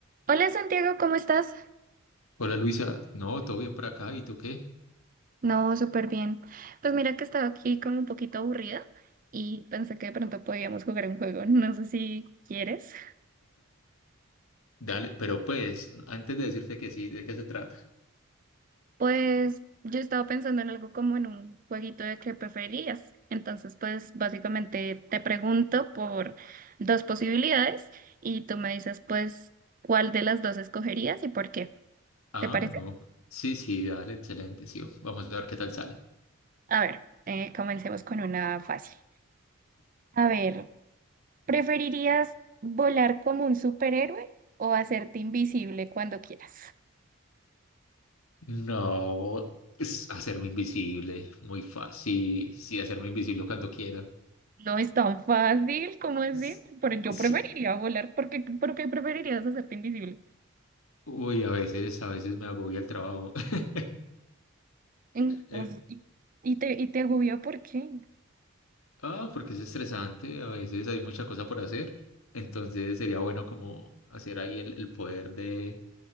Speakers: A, on the right (about 40°); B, on the left (about 80°).
A: Hola Santiago, ¿cómo estás?
B: Hola Luisa, no, todo bien por acá, ¿y tú qué?
A: No, súper bien. Pues mira que estaba aquí como un poquito aburrida y pensé que de pronto podíamos jugar un juego. <laughs> No sé si quieres.
B: Dale, pero pues, antes de decirte que sí, ¿de qué se trata?
A: Pues yo estaba pensando en algo como en un jueguito de qué preferías. Entonces, pues básicamente te pregunto por dos posibilidades y tú me dices pues cuál de las dos escogerías y por qué.
B: Ah,
A: ¿Te parece?
B: no, sí, sí, dale, excelente, sí, vamos a ver qué tal sale.
A: A ver, eh, comencemos con una fácil. A ver. ¿Preferirías volar como un superhéroe o hacerte invisible cuando quieras?
B: No, es hacerme invisible, muy fácil, sí, hacerme invisible cuando quiera.
A: No es tan fácil como es
B: S-
A: decir, pero yo
B: Sí,
A: preferiría volar. ¿Por qué, por qué preferirías hacerte invisible?
B: uy, a veces, a veces me agobia el trabajo. <laughs>
A: En- o
B: Eh,
A: sea, y, y te, y te agobia, ¿por qué?
B: Ah, porque es estresante, a veces hay mucha cosa por hacer, entonces sería bueno como hacer ahí el, el poder de,